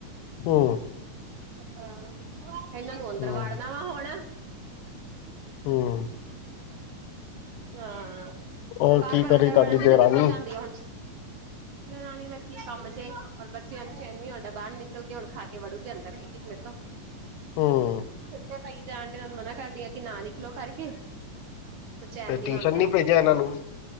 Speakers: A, on the left (about 85°); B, on the right (about 70°).
A: ਹੂੰ।
B: ਹਾਂ, ਏਨਾਂ ਨੂੰ ਅੰਦਰ
A: ਹੂੰ
B: ਵਾੜਨਾ ਵਾ ਹੁਣ।
A: ਹੂੰ
B: ਹਾਂ। ਹਾਂ,
A: ਔਰ
B: ਪਾਰ
A: ਕੀ
B: ਵਾਰ
A: ਕਰੀ
B: ਅੰਦਰ
A: ਤੁਹਾਡੀ
B: ਵੜ ਜਾਂਦੀ
A: ਦੇਰਾਨੀ
B: ਤੇ ਨਿਕਲ ਜਾਂਦੀ ਆ ਹੁਣ ਦਰਾਣੀ ਲੱਗੀ ਕੰਮ ਚੇ ਔਰ ਬੱਚਿਆਂ ਨੂੰ ਚੈਨ ਨੀ ਆਂਦਾ ਬਾਰ ਨਿਕਲ ਕੇ ਹੁਣ ਖਾ ਕੇ ਵੜੂਗੇ ਅੰਦਰ ਇਕ-ਇਕ ਮੇਰੇ ਥੋਂ।
A: ਹੂੰ
B: ਉਤੇ ਪਈ ਜਾਣ ਡੇ ਓਨੂੰ ਮਨਾ ਕਰਦੀ ਆ ਕੀ ਨਾ ਨਿਕਲੋ ਕਰਕੇ। ਤੇ ਚੈਨ ਨੀ
A: ਟਿਊਸ਼ਨ
B: ਆਉਂਦਾ।
A: ਭੇਜਿਆ ਇਹਨਾਂ ਨੂੰ